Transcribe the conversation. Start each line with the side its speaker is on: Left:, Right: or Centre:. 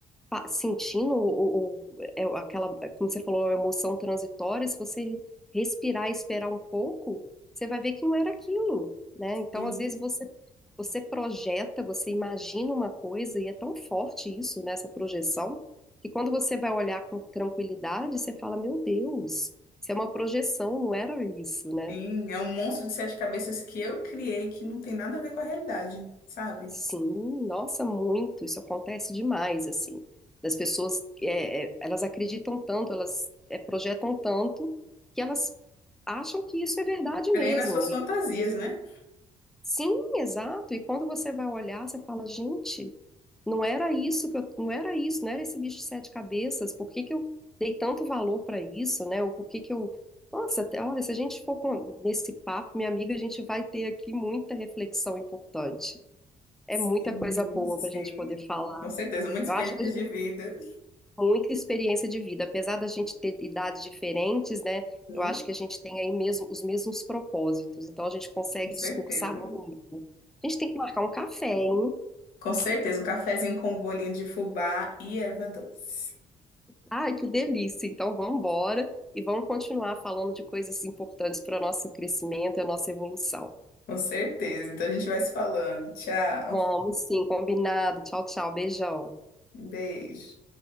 Centre: pa- sentindo o, o- é aquela, é, como você falou, a emoção transitória, se você respirar e esperar um pouco, você vai ver que não era aquilo, né? Então,
Left: Sim,
Centre: às vezes, você, você projeta, você imagina uma coisa, e é tão forte isso, né, essa projeção, que quando você vai olhar com tranquilidade, você fala, meu Deus, isso é uma projeção, não era isso, né?
Left: sim, é um monstro de sete cabeças que eu criei que não tem nada a ver com a realidade, sabe?
Centre: Sim, nossa, muito, isso acontece demais, assim, das pessoas, é, é, elas acreditam tanto, elas é, projetam tanto, que elas acham que isso é verdade
Left: Creio
Centre: mesmo,
Left: nas suas
Centre: e
Left: fantasias, né?
Centre: sim, exato, e quando você vai olhar, você fala, gente, não era isso que eu, não era isso, não era esse bicho de sete cabeças, por que que eu dei tanto valor para isso, né, ou por que que eu, nossa, até- olha, se a gente for com- nesse papo, minha amiga, a gente vai ter aqui muita reflexão importante. É
Left: Sim,
Centre: muita coisa boa
Left: sim,
Centre: para a gente poder falar.
Left: com certeza, muita
Centre: Eu
Left: experiência
Centre: acho que a gente
Left: de
Centre: tem
Left: vida.
Centre: muita experiência de vida, apesar da gente ter idades diferentes, né?
Left: Hum,
Centre: Eu acho que a gente tem aí mesmo os mesmos propósitos, então a gente consegue
Left: com certeza.
Centre: discursar muito. A gente tem que marcar um café, hein?
Left: Com certeza, um cafezinho com um bolinho de fubá e erva doce.
Centre: Ai, que delícia! Então vamos embora e vamos continuar falando de coisas importantes para o nosso crescimento e a nossa evolução.
Left: Com certeza. Então a gente vai se falando. Tchau.
Centre: Vamos sim, combinado. Tchau, tchau, beijão.
Left: Um beijo.